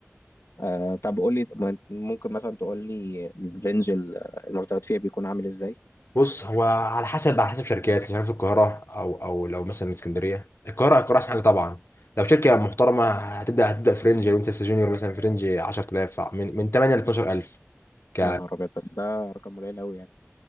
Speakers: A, on the left (about 85°); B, on the left (about 55°).
A: آه، طب قول لي م- ممكن مثلا تقول لي الرينج ال- المرتبات فيها بيكون عامل ازاي
B: بص هو على حسب على حسب شركات مش عارف القاهره او او لو مثلا اسكندريه القاهره القاهره احسن حاجه طبعا لو شركه محترمه هتبدا هتبدا فرنج لو انت لسه جونيور مثلا فرنج 10000 من من 8 ل 12000 ك
A: يا نهار ابيض بس ده رقم قليل قوي يعني